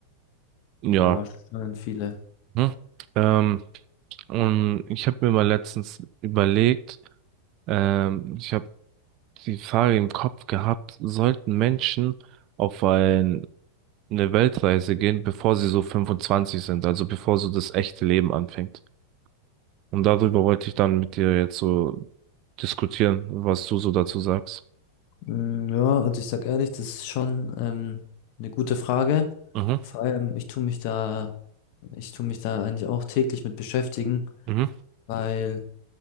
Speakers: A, on the right; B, on the left.
A: Ja.
B: ja. Schon viele.
A: Hm. Ähm, Und ich habe mir mal letztens überlegt, ähm, ich habe die Frage im Kopf gehabt, sollten Menschen auf ein, eine Weltreise gehen, bevor sie so 25 sind, also bevor so das echte Leben anfängt? Und darüber wollte ich dann mit dir jetzt so diskutieren, was du so dazu sagst.
B: Mm, Ja, also ich sag ehrlich, das ist schon ähm, eine gute Frage.
A: Mhm,
B: Vor allem, ich tue mich da, ich tue mich da eigentlich auch täglich mit beschäftigen,
A: mhm,
B: weil